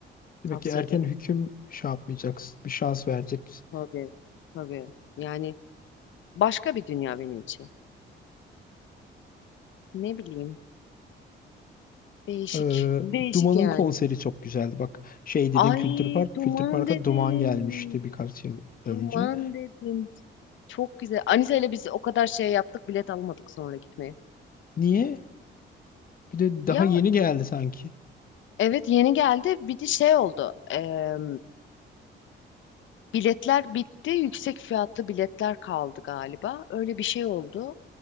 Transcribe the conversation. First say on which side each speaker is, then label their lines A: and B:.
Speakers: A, on the left (about 45°); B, on the left (about 75°).
A: Demek
B: Tavsiye
A: ki erken
B: ederim.
A: hüküm şey yapmayacaksın. Bir şans vereceksin.
B: Tabii, tabii. Yani başka bir dünya benim için. Ne bileyim. Değişik.
A: Ee,
B: Değişik
A: Duman'ın
B: yani.
A: konseri çok güzeldi. Bak şey
B: Ay
A: dedin Kültür Park.
B: duman
A: Kültür Park'a
B: dedim.
A: Duman gelmişti birkaç yıl önce.
B: Duman dedim. Çok güzel. Anise ile biz o kadar şey yaptık bilet almadık sonra gitmeye.
A: Niye? Bir de
B: Ya
A: daha yeni geldi sanki.
B: evet yeni geldi. Bir de şey oldu. Eee, biletler bitti. Yüksek fiyatlı biletler kaldı galiba. Öyle bir şey oldu.